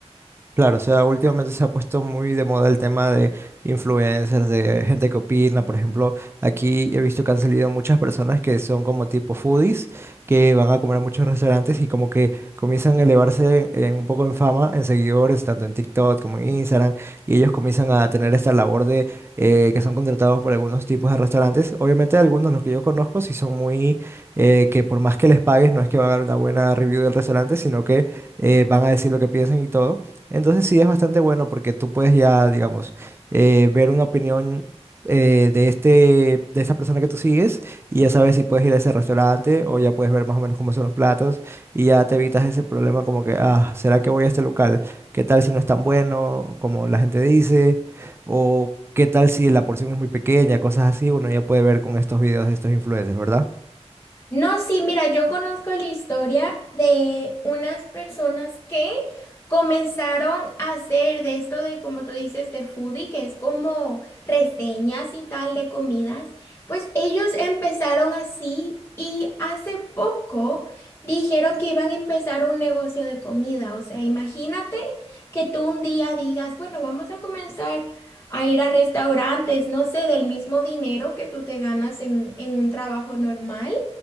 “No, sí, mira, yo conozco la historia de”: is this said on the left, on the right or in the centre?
Left